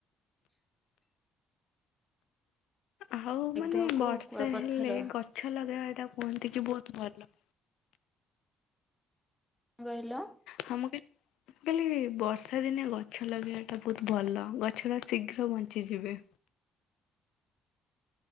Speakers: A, on the left (about 85°); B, in the centre.
A: ଆଉ
B: ମେଘକୁ
A: ମାନେ ବର୍ଷା
B: କୁଆପଥର
A: ହେଲେ ଗଛ ଲଗେଇବା ଟା କୁହନ୍ତି କି ବହୁତ୍ ଭଲ।
B: କଣ କହିଲ।
A: ହଁ ମୁ କି କହିଲି ବର୍ଷା ଦିନେ ଗଛ ଲଗେଇବା ଟା ବହୁତ ଭଲ ଗଛ ଟା ଶୀଘ୍ର ବଞ୍ଚିଯିବେ।